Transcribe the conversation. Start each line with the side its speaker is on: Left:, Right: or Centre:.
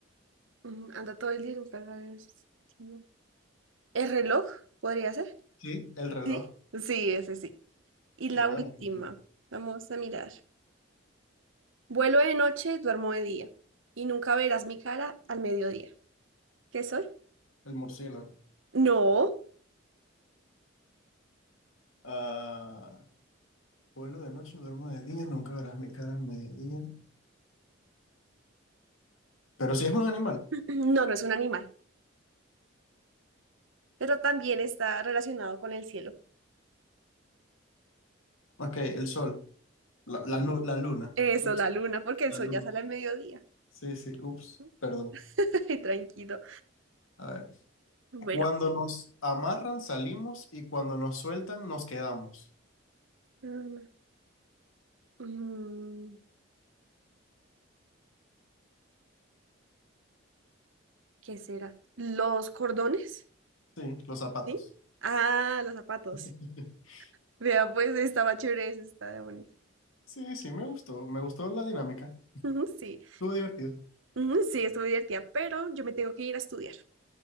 Right: Ujú, Anda todo el día y nunca sabes. si no. ¿El reloj? ¿Podría ser?
Left: Sí, el reloj.
Right: Sí. Sí, ese sí. Y
Left: Qué
Right: la
Left: bueno.
Right: última,
Left: qué bueno.
Right: vamos a mirar. Vuelo de noche, duermo de día. Y nunca verás mi cara al mediodía. ¿Qué soy?
Left: El murciélago.
Right: No.
Left: Ah, vuelo de noche, duermo de día, nunca verás mi cara al mediodía. Pero si es un animal.
Right: <clears throat> No, no es un animal, pero también está relacionado con el cielo.
Left: Ok, el sol. La, la, nu- la luna.
Right: Eso,
Left: Ups,
Right: la luna, porque el
Left: la
Right: sol
Left: luna.
Right: ya sale al mediodía.
Left: Sí, sí, ups,
Right: <laughs>
Left: perdón.
Right: Ay, Tranquilo.
Left: A ver,
Right: Bueno,
Left: cuando nos amarran salimos y cuando nos sueltan nos quedamos.
Right: mm, mm, ¿qué será? ¿Los cordones?
Left: Sí, los zapatos.
Right: ¿Sí? Ah, los zapatos.
Left: <laughs>
Right: Vea, pues estaba chévere, esa, estaba bonita.
Left: Sí, sí, me gustó. Me gustó la dinámica.
Right: Ujú, Sí,
Left: Estuvo divertido.
Right: ujú, sí, estuvo divertida, pero yo me tengo que ir a estudiar.